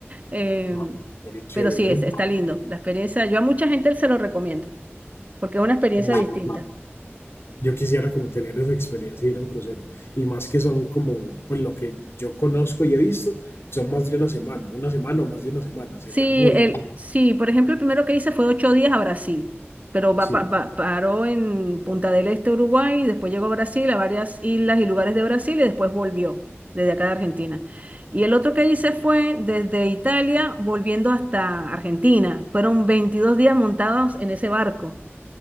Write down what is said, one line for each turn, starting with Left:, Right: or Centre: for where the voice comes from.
Right: eh,
Left: Ah, Pero chévere.
Right: pero sí, es-
Left: ¿eh?
Right: está lindo la experiencia, yo a mucha gente se lo recomiendo, porque es una experiencia
Left: Bueno,
Right: distinta.
Left: Yo quisiera como tener esa experiencia de ir a un crucero. Y más que son como, pues lo que yo conozco y he visto, son más de una semana, una semana o más de una semana. Sería
Right: Sí,
Left: muy
Right: el,
Left: genial.
Right: sí, por ejemplo, el primero que hice fue ocho días a Brasil, pero va,
Left: Sí.
Right: pa- va- paró en Punta del Este, Uruguay, y después llegó a Brasil, a varias islas y lugares de Brasil, y después volvió desde acá de Argentina. Y el otro que hice fue desde Italia, volviendo hasta Argentina. Fueron 22 días montados en ese barco.